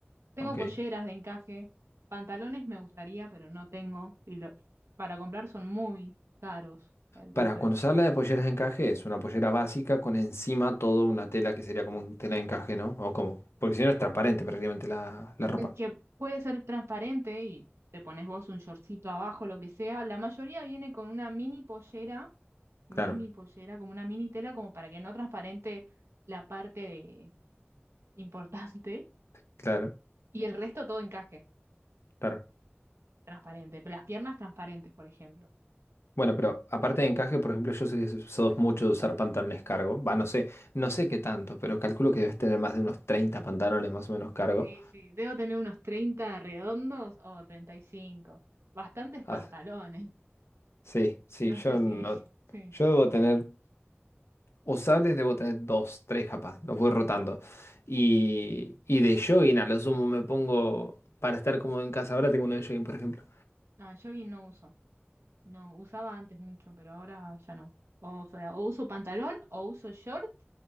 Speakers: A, on the right; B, on the left.
A: Tengo
B: ok.
A: polleras de encaje, pantalones me gustaría, pero no tengo. Y lo- para comprar son muy caros. Entonces,
B: Para cuando se habla de polleras de encaje, es una pollera básica con encima toda una tela que sería como un tela de encaje, ¿no? O como, porque si no es transparente prácticamente la, la ropa.
A: el que puede ser transparente y te pones vos un shortcito abajo, lo que sea, la mayoría viene con una mini pollera, <laughs> mini
B: Claro,
A: pollera, como una mini tela, como para que no transparente la parte de importante
B: claro,
A: y el resto todo encaje,
B: claro.
A: transparente. Pero las piernas transparentes, por ejemplo.
B: Bueno, pero aparte de encaje, por ejemplo, yo sé que sos mucho de usar pantalones cargo. Va, no sé, no sé qué tanto, pero calculo que debes tener más de unos 30 pantalones más o menos cargo.
A: Sí, sí, debo tener unos 30 redondos o treinta y cinco Bastantes
B: Ah,
A: pantalones.
B: sí, sí,
A: No
B: yo
A: sé si,
B: no,
A: <laughs> sí.
B: yo debo tener. Usables debo tener dos, tres capaz, los voy rotando. Y, y de jogging a lo sumo me pongo, para estar cómodo en casa ahora tengo uno de jogging, por ejemplo.
A: ah jogging no uso. No, usaba antes mucho, pero ahora ya no. O sea, o uso pantalón, o uso short,